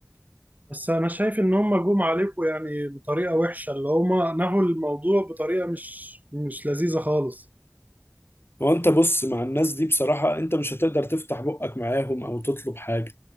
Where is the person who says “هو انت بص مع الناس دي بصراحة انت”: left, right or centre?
Left